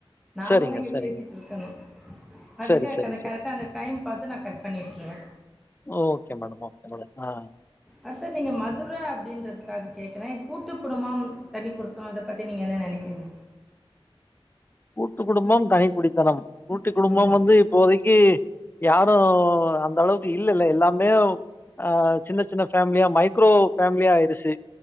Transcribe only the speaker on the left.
சரிங்க
சரிங்க
சரி சரி
சரி
ஓகே மேடம் ஓகே மேடம் ஆ
கூட்டு குடும்பம் தனி குடித்தனம் கூட்டு குடும்பம்
வந்து இப்போதைக்கு யாரும் அந்த அளவுக்கு இல்லல்ல எல்லாம் யோ ஆ சின்ன சின்ன ஃபேமிலியா மைக்ரோ ஃபேமிலியா ஆயிருச்சி